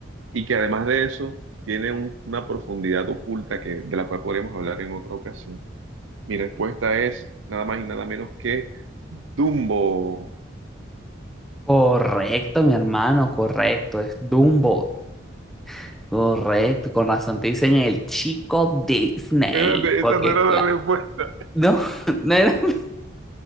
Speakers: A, on the right; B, in the centre.
A: y que además de eso tiene un- una profundidad oculta que, de la cual podríamos hablar en otra ocasión mi respuesta es nada más y nada menos que Dumbo.
B: Correcto, mi hermano, correcto, es Dumbo. Correcto, con razón te dicen el chico Disney,
A: Espérate, esa
B: porque
A: no era
B: claro.
A: la respuesta.
B: No, <laughs> no era Dumbo. <laughs>